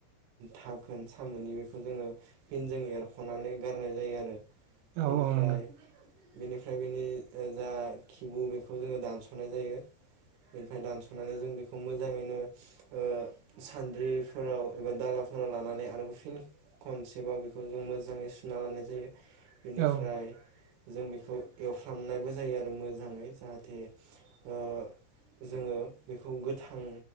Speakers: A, on the right; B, on the right.
A: दाखोन सामोननि बेखौ जोङो फिनजों एरख'नानै गारनाय जायो आरो। <inaudible>
B: औ
A: बेनिफ्राय-'
B: औ नंगौ
A: <inaudible> बेनिफ्राय बेनि ओ जा खिबु बेखौ जोङो दानस'नाय जायो बेनिफ्राय दानस'नानै जों बेखौ मोजाङैनो ओ सान्द्रिफोराव एबा दालाफोराव लानानै आरोब फिन खनसेबआव बेखौ जों मोजाङै सुना लानाय जायो। <inaudible> बेनिफ्राय
B: औ
A: <inaudible> जों बेखौ एवफ्रामनायबो जायो आरो मोजाङै जाहाथे ओ जोङो बेखौ गोथां